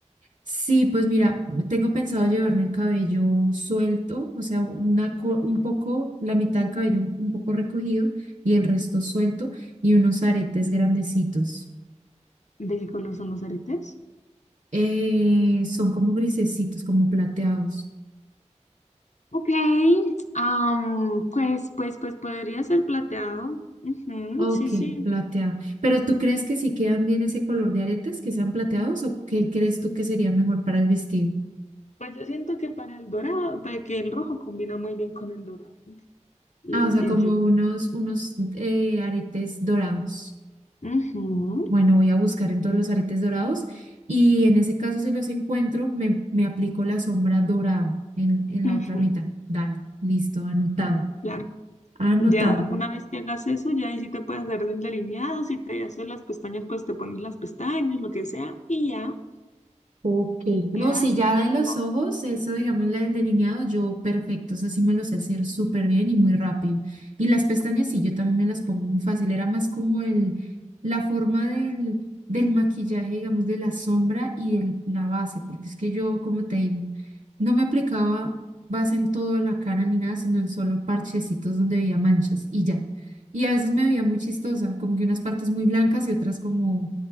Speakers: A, on the right (about 80°); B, on the left (about 70°).
A: Sí, pues mira, tengo pensado llevarme el cabello suelto, o sea, una, co- un poco, la mitad del cabello un un poco recogido y el resto suelto y unos aretes grandecitos.
B: ¿De qué color son los aretes?
A: Eh, son como grisecitos, como plateados.
B: Ok, am, pues, pues, pues podría ser plateado. Ujú,
A: Ok,
B: sí, sí.
A: plateado. Pero ¿tú crees que si quedan bien ese color de aretes, que sean plateados o qué crees tú que sería mejor para el vestido?
B: Pues yo siento que para el dorado, para que el rojo combina muy bien con el dorado. Y
A: Ah, o sea, como
B: y yo.
A: unos, unos eh, aretes dorados.
B: Ujú,
A: Bueno, voy a buscar en todos los aretes dorados y en ese caso si los encuentro, me, me aplico la sombra dorada en, en
B: ujú,
A: la otra mitad. Dale, listo, anotado,
B: Claro.
A: anotado.
B: Ya una vez que hagas eso, ya ahí sí te puedes hacer el delineado, si te haces las pestañas, pues te pones las pestañas, lo que sea, y ya
A: Ok, no,
B: quedas
A: si ya da en los
B: guapa.
A: ojos, eso digamos la del delineado, yo perfecto, eso sí me lo sé hacer súper bien y muy rápido. Y las pestañas sí, yo también me las pongo muy fácil, era más como el, la forma del, del maquillaje, digamos, de la sombra y de la base, porque es que yo, como te digo, no me aplicaba base en toda la cara ni nada, sino en solo parchecitos donde veía manchas y ya. Y a veces me veía muy chistosa, como que unas partes muy blancas y otras como